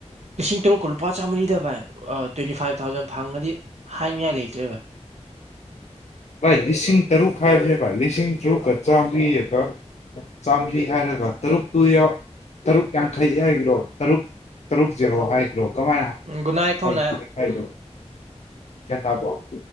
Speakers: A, on the right; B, on the left.
A: ꯂꯤꯁꯤꯡ ꯇꯔꯨꯛꯀ ꯂꯨꯄꯥ ꯆꯥꯝꯃꯔꯤꯗ ꯚꯥꯏ ꯇ꯭ꯋꯦꯟꯇꯤ ꯐꯥꯏꯚ ꯊꯥꯎꯖꯟ ꯐꯪꯉꯗꯤ ꯍꯥꯏꯅꯤꯡꯉꯥꯏ ꯂꯩꯇ꯭ꯔꯦꯕ
B: ꯚꯥꯏ ꯂꯤꯁꯤꯡ ꯇꯔꯨꯛ ꯍꯥꯏꯕꯁꯦ ꯚꯥꯏ ꯂꯤꯁꯤꯡ ꯇꯔꯨꯛꯀ ꯆꯥꯝꯃꯔꯤꯒ ꯆꯥꯝꯃꯔꯤ ꯍꯥꯏꯔꯒ ꯇꯔꯨꯛꯇꯨ ꯌꯥꯎ ꯇꯔꯨꯛ ꯌꯥꯡꯈꯩ ꯍꯥꯏꯈ꯭ꯔꯣ ꯇꯔꯨꯛ ꯇꯔꯨꯛ ꯖꯦꯔꯣ ꯍꯥꯏꯈ꯭ꯔꯣ ꯀꯃꯥꯏꯅ
A: ꯒꯨꯅꯥꯏ ꯈꯧꯅꯥꯏ
B: ꯍꯥ ꯍꯥꯏꯗꯣ
A: ꯎꯝ
B: ꯒꯌꯥꯟ ꯇꯥꯕꯔꯣ